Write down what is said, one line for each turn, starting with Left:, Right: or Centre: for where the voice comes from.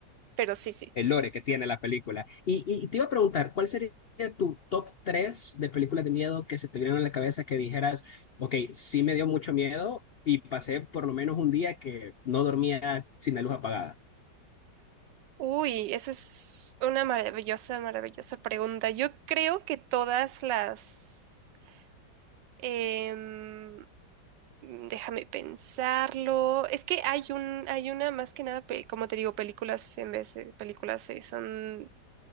Right: pero sí, sí.
Left: el lore que tiene la película. Y, y te iba a preguntar, ¿cuál sería tu top 3 de películas de miedo que se te vinieron a la cabeza que dijeras, ok, sí me dio mucho miedo y pasé por lo menos un día que no dormía sin la luz apagada?
Right: Uy, eso es una maravillosa, maravillosa pregunta. Yo creo que todas las... em, déjame pensarlo. Es que hay un, hay una más que nada, pe- como te digo, películas en vez de películas, eh, son